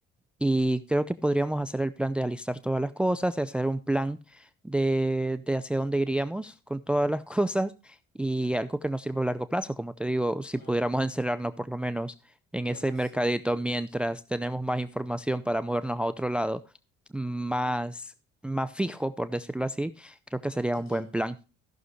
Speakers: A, in the centre; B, on the left.
A: Y creo que podríamos hacer el plan de alistar todas las cosas, de hacer un plan de, de hacia dónde iríamos con todas las <laughs> cosas y algo que nos sirva a largo plazo. Como te digo, si
B: Bueno,
A: pudiéramos encerrarnos por lo menos en
B: bueno,
A: ese mercadito
B: se me-
A: mientras tenemos más información para movernos a otro lado, más, más fijo, por decirlo así, creo que sería
B: entiendo.
A: un buen plan.